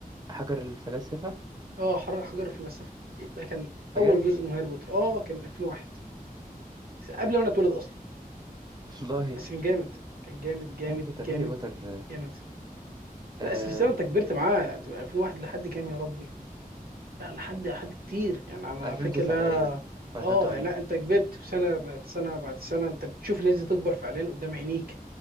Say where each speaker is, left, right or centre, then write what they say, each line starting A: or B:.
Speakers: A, on the right; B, on the right.
A: حجر الفلاسفة
B: اه حر- حجر الفلسفه ده كان
A: بجد
B: اول جزء من هاري بوتر اه كان 2001 قبل ما انا اتولد اصلا
A: والله
B: بس كان جامد كان جامد
A: <laughs>
B: جامد
A: هاري بوتر
B: جامد
A: هاري بوتر آه
B: جامد
A: آه،
B: لا السلسله انت كبرت معاها انت من 2001 لحد كام يا ربي لا لحد حد كتير يعني انا
A: 2009
B: فاكر لا
A: تقريبا أو
B: اه
A: 2008
B: يعني لا انت كبرت سنه بعد سنه بعد سنه انت بتشوف الناس دي تكبر فعليا قدام عينيك